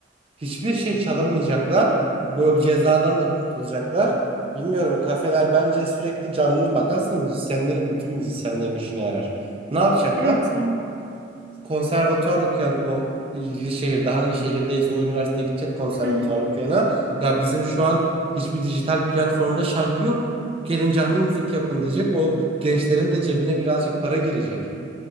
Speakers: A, on the right; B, on the right.
A: hiçbir şey çalamayacaklar. Bu cezadan da kurtulacaklar. Bilmiyorum kafeler bence sürekli canlı bak aslında müzisyenlerin bütün müzisyenlerin işine yarar. Ne yapacaklar?
B: Evet. am.
A: konservatuvar okuyan o ilgili şehirde hangi şehirdeyse o üniversiteye gidecek konservatuvar
B: Hı hı.
A: okuyana ya bizim şu an hiçbir dijital platformda şarkı yok. Gelin canlı müzik yapın diyecek. O gençlerin de cebine birazcık para girecek.